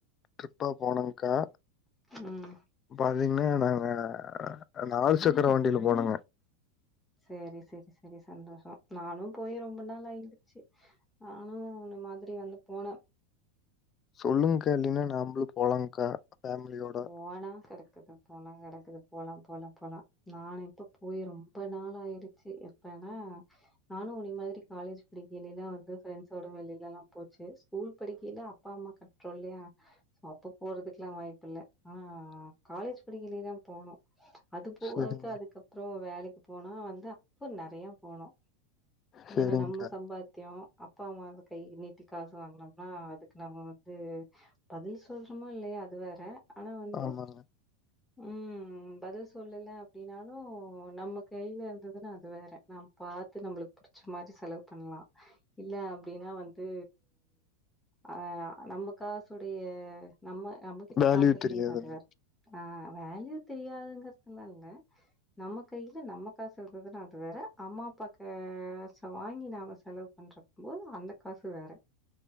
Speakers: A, on the left; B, in the centre.
A: ட்ரிப்பா போனோம்க்கா
B: ம்
A: பாத்தீங்கன்னா நாங்க நாலு சக்கர வண்டில போனங்க
B: சேரி செரி செரி சந்தோஷோ நானு போய் ரொம்ப நாள் ஆயிடுச்சி நானு உன்ன மாதிரி வந்து போன
A: சொல்லுங்க்கா இல்லைன்னா நாம்ப்ளு போலாங்க்கா ஃபேமிலியோட
B: போனா கரெக்ட்டு தா போனா கெடக்குது போலா போலா போலா நானு இப்ப போய் ரொம்ப நாளா ஆயிடுச்சு எப்பனா நானு உன்ன மாதிரி காலேஜ் படிக்கைல்லைய்ல வந்து ஃப்ரெண்ட்ஸோட வெளிலல்லா போச்சு ஸ்கூல் படிக்கைல அப்பா அம்மா கண்ட்ரோல்லயா அப்ப போறதுக்லா வாய்ப்பு இல்ல ஆனா காலேஜ் படிக்கைலீயே தா போனோ அது போவாக்கு
A: செரிங்க
B: அதுக்கப்றோ வேலைக்கு போனோ வந்தோ அப்போ நெறைய போனோ
A: செரிங்க்கா
B: ஏன்னா நம்ம சம்பாத்யோ அப் ப்பா அம்மா வந்து கை நீட்டி காசு வாங்கனோம்னா அதுக்கு நம்ம வந்து பதில் சொல் சின்னல்ல அது வேற ஆனா வந்து
A: ஆமாங்க
B: ம் ம் பதில் சொல்லல அப்டின்னாலு நம்ம கையில இருந்ததுன்னா அது வேற நம் பாத்து நம்புளுக் புடிச்ச மாதி செலவு பண்லா இல்ல அப்டினா வந்து அ நம்ம காசுடைய நம்ம நம்மகிட்ட
A: வேல்யூ
B: காசு இக்கும்மோ
A: தெரியாதுங்க
B: அது வேற ஆ வேல்யூ தெரியாதுங்கறதுலா இல்ல நம்ம கைல நம்ம காசு இருந்ததுனா அது வேற அம்மா அப்பாக் கேச வாங்கி நாம செலவுப் அன்றக்கும்போது அந்தக் காசு வேற